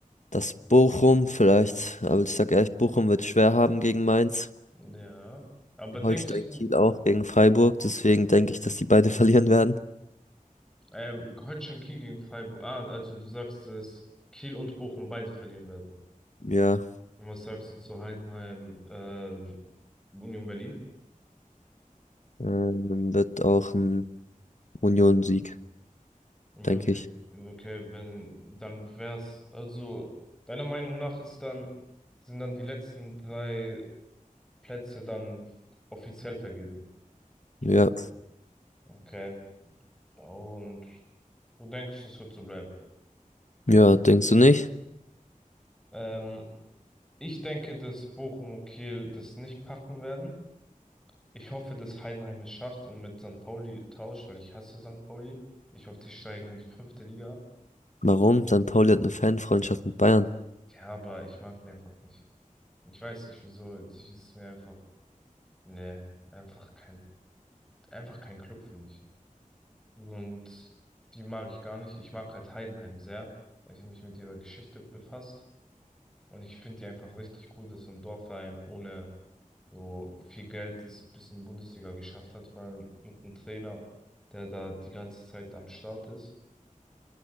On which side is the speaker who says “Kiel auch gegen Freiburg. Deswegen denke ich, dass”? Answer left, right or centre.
Left